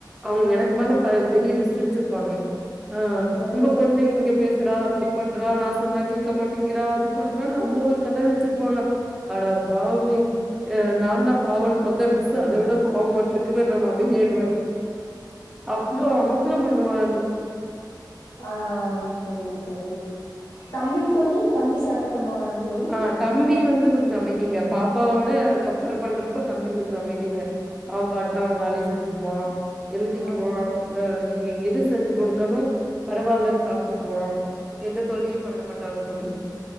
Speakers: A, in the centre; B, on the left.
A: அவங்க
B: ஆ
A: எனக்கு மேல ப பெரிய லிஸ் ஸ்டு வச்சிருப்பாங்க ஆ,
B: அவ்ளோதா தோழி
A: உங்க பொண்ணு இங்க பேசு ங்கிறா அப்டி பண்றா, நா சொன்னா கேட்க மாட்டிங்கிறா, அது பண்றானு அவங்க
B: ம்
A: ஒரு கத வச் சிருப்பாங்க ஆட பாவமே அ நான்தா பாவோனு பாத்தா மிஸ் அதவிட பாவமாட்ருக் குனு நானு அமைதியாயிடுவே
B: ம்.
A: அவ்ளோ அமக்களம் பண்ணுவா
B: ஆ செரிங்க தோழி தம்பிங் தோழி தம்பி சேட்ட பண்ணுவானாங் தோழி
A: ஆ தம்பி வந்து கொஞ்ச அமை திங்க பாப்பாவோட கம்பேர் பண்றப்ப தம்பி கொஞ்ச அமைதிங்க அவ பாட்டு அவ வேலய செஞ்சுக்குவா எழுதிக்குவா
B: ஆ செரிங்க
A: ஆ நீங்க எது செஞ்சு குடுத்தாலு பரவால்லன் சாப்ட்டுக்குவா எந்த தொல்லையு பண்ண மாட்டாங்க தோழி